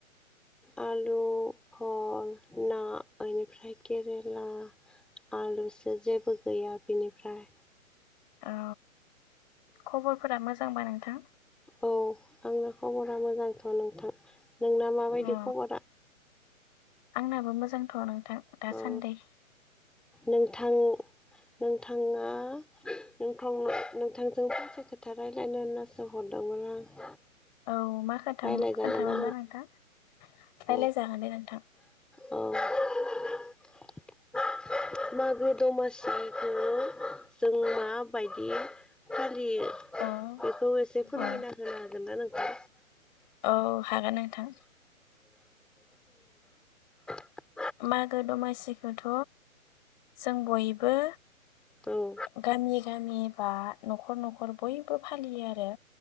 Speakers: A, in the centre; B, on the left.
A: आलु भल ना ओनिफ्राय केरेला आलुसो जेबो गैया बिनिफ्राय
B: औ खबरफोरा मोजांबा नोंथां।
A: औ आंना खबरा मोजांथ नोंथां नोंना माबायदि
B: अ
A: खबरा?
B: आंनाबो मोजांथ नोंथां दासान्दै
A: औ नोंथां नोंथाङा नोंथां नोंथांजों फंसे खोथा रायलायनो होननासो हरदों। दोंमोन आं।
B: औ मा खोथा
A: रायज्लायजागोन
B: खोन्थामोनबा
A: ना
B: नोंथां? रायलाय
A: अ
B: जागोन दे नोंथांं।
A: अ <unintelligible> मागो दमासिखौ जों माबायदि फालि लियो
B: औ
A: बेखौ एसे फोरमायना
B: औ
A: होनो हागोन ना नोंथां?
B: औ हागोन नोंथां
A: <inaudible>
B: मागो दमासिखौथ जों बयबो
A: होदो
B: गामि गामि बा न'खर न'खर बयबो फालियो आरो।